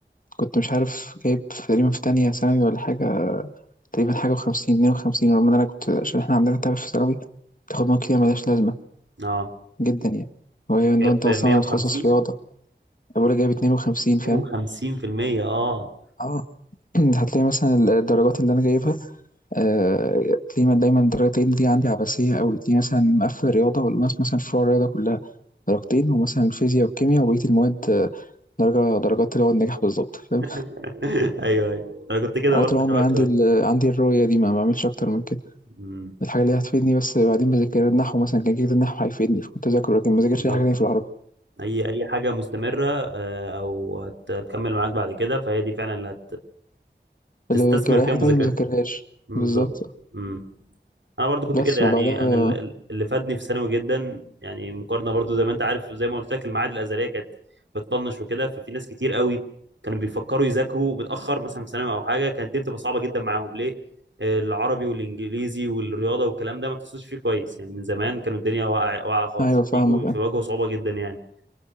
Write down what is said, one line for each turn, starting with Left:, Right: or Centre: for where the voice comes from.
Left: كنت مش عارف جايب تقريبا في تانية ثانوي ولا حاجة تقريبا حاجة وخمسين اتنين وخمسين رغم إن أنا كنت عشان إحنا عندنا تعرف في ثانوي تاخد مواد كتير ملهاش لازمة
Right: اه
Left: جدا يعني وهي لو
Right: جايب
Left: أنت
Right: 150
Left: أصلا متخصص رياضة أبويا جايب اتنين وخمسين فاهم
Right: 52% اه
Left: اه <clears throat> هتلاقي مثلا الدرجات اللي أنا جايبها آه، تلاقيه من- دايما الدرجتين دي عندي عباسية أوي تلاقيه مثلا مقفل الرياضة والأوناس مثلا في فروع الرياضة كلها درجتين ومثلا الفيزياء والكيمياء وبقية المواد آه، درجة درجات اللي هو النجاح بالظبط فاهم
Right: <laughs> ايوه ايوه انا كنت كده
Left: أنا
Right: برضه
Left: طول عمري
Right: شبك
Left: عندي
Right: شويه
Left: ال... عندي الرؤية دي ما بعملش أكتر من كده
Right: امم
Left: الحاجة اللي هتفيدني بس بعدين بذاكر النحو مثلا كان كده النحو هيفيدني فكنت أذاكره لكن ما ذاكرش
Right: بالظبط
Left: أي حاجة تانية في العربي
Right: اي اي حاجه مستمره آه، او هت- هتكمل معاك بعد كده فهي دي فعلا اللي
Left: فاللي
Right: هتستثمر
Left: <laughs> بذاكر
Right: فيها
Left: أي حاجة
Right: مذاكرتك
Left: تانية ما ذاكرهاش
Right: مم،
Left: بالظبط
Right: بالظبط مم. انا برضو كنت
Left: بس
Right: كده يعني
Left: وبعدها
Right: انا ال- ال- اللي فادني في ثانوي جدا يعني مقارنه برضو زي ما انت عارف زي ما قلت لك المعاهد الازهريه كانت بتطنش وكده ففي ناس كتير قوي كانوا بيفكروا يذاكروا متاخر مثلا في ثانوي او حاجه كانت الدنيا بتبقى صعبه جدا معاهم ليه آه، العربي والانجليزي والرياضه والكلام ده ما تحسوش فيه كويس يعني من زمان كانوا الدنيا واقعه واقعه خالص
Left: أيوة
Right: فبيجوا
Left: فاهمك
Right: بيواجهوا صعوبه جدا يعني